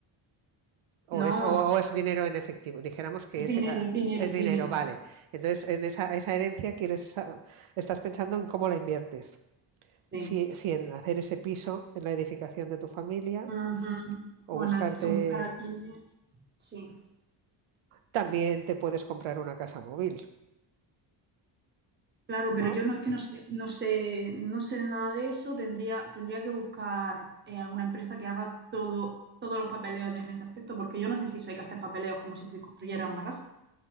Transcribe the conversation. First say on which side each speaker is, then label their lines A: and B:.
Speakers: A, on the right; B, on the right.
A: No,
B: O es, o, o es dinero en efectivo. Dijéramos que
A: es
B: es,
A: dinero,
B: ah,
A: es dinero,
B: es dinero,
A: es dinero.
B: vale. Entonces, en esa, esa herencia quieres, ah, estás pensando en cómo la inviertes.
A: Sí.
B: Si, si en hacer ese piso en la edificación de tu familia,
A: Ujú.
B: o
A: Bueno,
B: buscarte.
A: aquí- buscar aquí, sí.
B: También te puedes comprar una casa móvil,
A: Claro,
B: ¿no?
A: pero yo no es que no sé, no sé, no sé nada de eso. Tendría, tendría que buscar eh, alguna empresa que haga todo, todos los papeleos en ese aspecto, porque yo no sé si eso hay que hacer papeleos como si te construyera una casa.